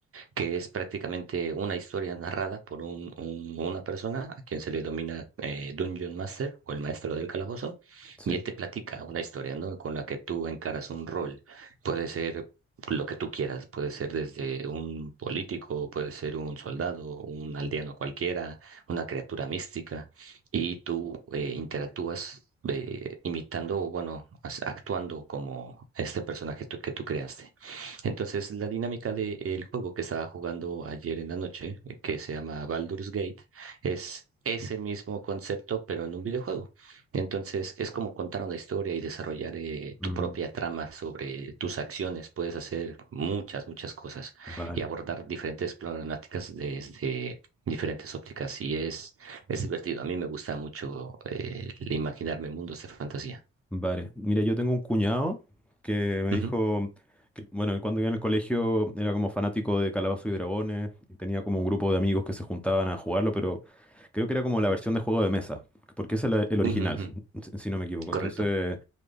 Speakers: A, on the right; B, in the centre.
A: que es prácticamente una historia narrada por un- un- una persona a quien se le denomina eh, Dungeon Master o el maestro del calabozo,
B: Sí.
A: y él te platica una historia, ¿no? Con la que tú encaras un rol. Puede ser lo que tú quieras, puede ser desde un político, puede ser un soldado, un aldeano cualquiera, una criatura mística, y tú eh, interactúas. eh, imitando o bueno, as- actuando como este personaje tú- que tú creaste. Entonces, la dinámica del juego que estaba jugando ayer en la noche, eh, que se llama Baldur's Gate, es ese mismo concepto, pero en un videojuego. Entonces, es como contar una historia y desarrollar eh,
B: Mm,
A: tu propia trama sobre tus acciones. Puedes hacer muchas, muchas cosas
B: vale,
A: y abordar diferentes problemáticas desde diferentes ópticas. Y es, es divertido. A mí me gusta mucho eh, el imaginarme mundos de fantasía.
B: vale. Mira, yo tengo un cuñado que me
A: Ujú,
B: dijo que, bueno, él cuando iba en el colegio era como fanático de Calabozos y Dragones y tenía como un grupo de amigos que se juntaban a jugarlo, pero creo que era como la versión de juego de mesa, porque ese es el, el original,
A: ujú, ujú,
B: si si no me equivoco. Entonces,
A: Correcto.